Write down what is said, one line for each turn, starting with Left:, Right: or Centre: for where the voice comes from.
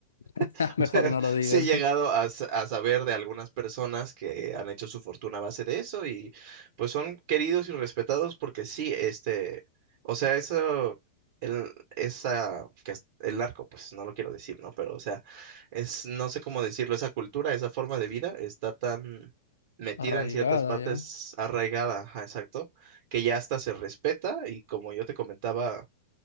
Left: <laughs>
Right: <laughs>
Left: Mejor
Right: O sea,
Left: no lo digas.
Right: Sí he llegado a, sa- a saber de algunas personas que han hecho su fortuna a base de eso y pues son queridos y respetados porque sí, este, o sea, eso, el, esa, que es- el narco, pues no lo quiero decir, ¿no? Pero, o sea, es, no sé cómo decirlo, esa cultura, esa forma de vida está tan metida
Left: Arraigada
Right: en ciertas partes,
Left: ya.
Right: arraigada, ajá, exacto, que ya hasta se respeta y como yo te comentaba